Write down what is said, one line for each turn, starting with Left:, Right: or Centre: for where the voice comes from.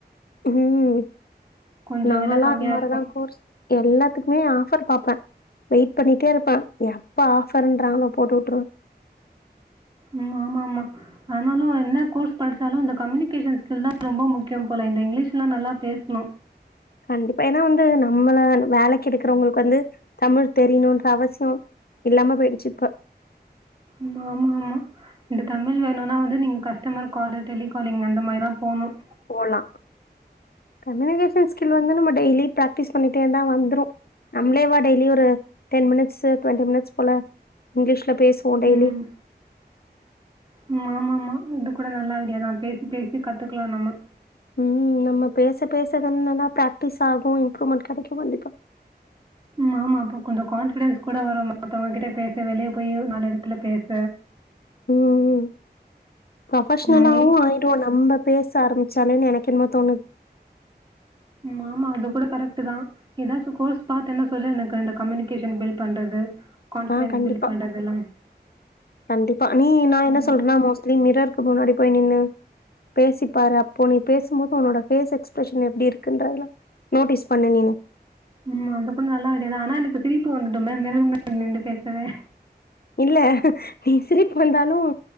Left: ம்
Right: கொஞ்சம்
Left: நாளா
Right: விலை கம்மியா
Left: அது மாரிதா
Right: இருக்கும்.
Left: கோர்ஸ் எல்லாத்துக்குமே ஆஃபர் பாப்பன் வெயிட் பண்ணிட்டே இருப்பே எப்ப ஆஃபர்ன்றாங்களோ போட்டு உட்டுருவ
Right: ம் ஆமா ஆமா ஆனாலும் என்ன கோர்ஸ் படிச்சாலும் இந்த கம்யூனிகேஷன் ஸ்கில் தா ரொம்ப முக்கியம் போல இந்த இங்கிலீஷ்லாம் நல்லா பேசணும்
Left: கண்டிப்பா ஏனா வந்து நம்மள வேலைக்கு எடுக்கிறவங்களுக்கு வந்து தமிழ் தெரியணுன்ற அவசியம் இல்லாம போயிடுச்சி இப்ப
Right: ம் ஆமா ஆமா இந்த தமிழ் வேணுன்னா வந்து நீங்க கஸ்டமர் காலு டெலி காலிங் அந்த மாரிதா போவுணும்
Left: போலா கம்யூனிகேஷன் ஸ்கில் வந்து நம்ம டெய்லி பிராக்டிஸ் பண்ணிட்டே இருந்தா வந்துரும் நம்ளேவா டெய்லி ஒரு டென் மினிட்ஸு டொண்ட்டி மினிட்ஸ் போல இங்கிலீஷ்ல பேசுவோம் டெய்லி
Right: ம். ம் ஆமா ஆமா இது கூட நல்லா ஐடியாதா பேசி பேசி கத்துக்கலா நம்ம
Left: ம் நம்ம பேச பேச தானா நல்லா பிராக்டிஸ் ஆகும் இம்ப்ரூவ்மெண்ட் கெடைக்கும் கண்டிப்பா
Right: ம் ஆமா அப்போ கொஞ்சம் கான்ஃபிடன்ஸ் கூட வரும் மத்தவங்க கிட்ட பேச வெளிய போயி நாலு எடத்துல பேச
Left: ம் ம் ப்ரொபஷனலாவும்
Right: ம். நீ
Left: ஆயிரும் நம்ப பேச ஆரம்பிச்சாலேன்னு எனக்கு என்னமோ தோணுது
Right: ம் ஆமா அது கூட கரெக்ட்டு தா எதாச்சும் கோர்ஸ் பாத்தேன்ன சொல்லு எனக்கு இந்த கம்யூனிகேஷன் பில்ட் பண்றது கான்ஃபிடன்ஸ்
Left: ஆ கண்டிப்பா
Right: பில்ட் பண்றதெல்லாம்.
Left: கண்டிப்பா நீ நா என்ன
Right: ம்.
Left: சொல்றேன்னா மோஸ் ட்லி மிரருக்கு முன்னாடி போய் நின்னு பேசிப்பாரு அப்போ நீ பேசும்போது உன்னோட பேஸ் எக்ஸ்பிரஷன் எப்டி இருக்குன்றதுலா நோட்டீஸ் பண்ணு நீனு
Right: ம் அது கூட நல்லா ஐடியாதா ஆனா எனக்கு சிரிப்பு வந்துடுமே மிரர் முன்னாடி நின்டு பேசவே
Left: இல்ல நீ சிரிப்பு வந்தாலும்